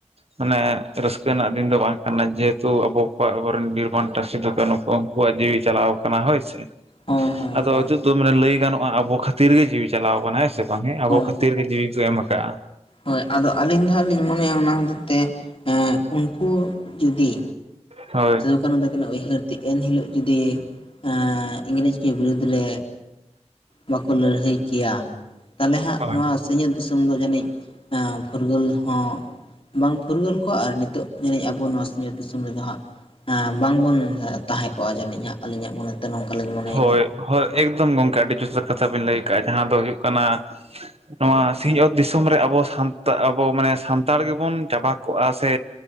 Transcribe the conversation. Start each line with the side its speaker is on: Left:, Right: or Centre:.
Right: ᱢᱟᱱᱮ ᱨᱟᱹᱥᱠᱟᱹ ᱨᱮᱱᱟᱜ ᱫᱤᱱ ᱫᱚ ᱵᱟᱝ ᱠᱟᱱᱟ ᱡᱮᱦᱮᱛᱩ ᱟᱵᱚ ᱠᱚᱣᱟᱜ ᱟᱵᱚᱨᱮᱱ ᱵᱤᱨ ᱵᱟᱱᱴᱟ ᱥᱤᱫᱩ ᱠᱟᱹᱱᱦᱩ ᱠᱚ ᱟᱠᱣᱟᱜ ᱡᱤᱣᱤ ᱪᱟᱞᱟᱣ ᱠᱟᱱᱟ ᱦᱳᱭ ᱥᱮ᱾
Left: ᱦᱳᱭ ᱦᱳᱭ
Right: ᱟᱫᱚ
Left: ᱦᱳᱭ
Right: ᱦᱤᱛᱚᱜ ᱫᱚ ᱢᱟᱱᱮ ᱞᱟᱹᱭ ᱜᱟᱱᱚᱜᱼᱟ ᱟᱵᱚ ᱠᱷᱟᱹᱛᱤᱨ ᱜᱮ ᱡᱤᱣᱤ ᱪᱟᱞᱟᱣ ᱠᱟᱱᱟ ᱦᱳᱭ ᱥᱮ᱾ ᱢᱟᱱᱮ ᱟᱵᱚ
Left: ᱦᱳᱭ
Right: ᱠᱷᱟᱹᱛᱤᱨ ᱜᱮ ᱡᱤᱣᱤ ᱠᱚ ᱮᱢ ᱠᱟᱜᱼᱟ᱾
Left: ᱦᱳᱭ ᱟᱫᱚ ᱟᱹᱞᱤᱧ ᱫᱚ ᱦᱟᱸᱜ ᱞᱤᱧ ᱢᱚᱱᱮᱭᱟ ᱚᱱᱟ ᱦᱚᱛᱮᱡ ᱛᱮ ᱮᱸᱜ ᱩᱱᱠᱩ ᱡᱩᱫᱤ
Right: ᱦᱳᱭ᱾
Left: ᱠᱟᱱᱩ ᱛᱟᱠᱤᱱᱥᱜ ᱦᱩᱭᱦᱟᱹᱨ ᱛᱮ ᱮᱱᱦᱤᱞᱳᱜ ᱡᱩᱫᱤ ᱮᱸ ᱤᱝᱨᱮᱡᱽ ᱠᱤ ᱵᱤᱨᱩᱫᱽ ᱨᱮ ᱵᱟᱠᱚ ᱞᱟᱹᱲᱦᱟᱹᱭ ᱠᱮᱭᱟ ᱛᱟᱦᱚᱞᱮ ᱦᱟᱸᱜ
Right: ᱦᱳᱭ
Left: ᱱᱚᱣᱟ ᱥᱤᱸᱧᱚᱛ ᱫᱤᱥᱚᱢ ᱫᱚ ᱡᱟᱹᱱᱤᱡ ᱮᱸ ᱯᱷᱩᱨᱜᱟᱹᱞ ᱦᱚᱸ ᱵᱟᱝ ᱯᱷᱩᱨᱜᱟᱹᱞ ᱠᱚᱜᱼᱟ ᱟᱨ ᱱᱤᱛᱚᱜ ᱡᱟᱹᱱᱤᱡ ᱟᱵᱚ ᱱᱚᱣᱟ ᱥᱤᱸᱧᱚᱛ ᱫᱤᱥᱚᱢ ᱨᱮᱫᱚ ᱦᱟᱸᱜ ᱮᱹ ᱵᱟᱝᱵᱚᱱ ᱛᱟᱦᱮᱸ ᱠᱚᱜᱼᱟ ᱡᱟᱹᱱᱤᱡ ᱦᱟᱜ ᱟᱹᱞᱤᱧᱟᱜ ᱢᱚᱱᱮᱛᱮᱫᱚ ᱱᱚᱝᱠᱟᱞᱤᱧ ᱢᱚᱱᱮᱭᱮᱫᱟ᱾
Right: ᱦᱳᱭ ᱦᱳᱭ ᱮᱠᱫᱚᱢ ᱜᱚᱝᱠᱮ ᱟᱹᱰᱤ ᱡᱚᱛᱷᱟᱛ ᱠᱟᱛᱷᱟ ᱵᱤᱱ ᱞᱟᱹᱭ ᱠᱟᱜᱼᱟ ᱡᱟᱦᱟᱸ ᱫᱚ ᱦᱩᱭᱩᱜ ᱠᱟᱱᱟᱼᱼ ᱱᱚᱣᱟ ᱥᱤᱸᱧᱚᱛ ᱫᱤᱥᱚᱢ ᱨᱮ ᱟᱵᱚ ᱥᱟᱱᱛᱟ ᱟᱵᱚ ᱢᱟᱱᱮ ᱥᱟᱱᱛᱟᱲ ᱜᱮᱵᱚᱱ ᱪᱟᱵᱟ ᱠᱚᱜᱼᱟ ᱥᱮᱼᱼ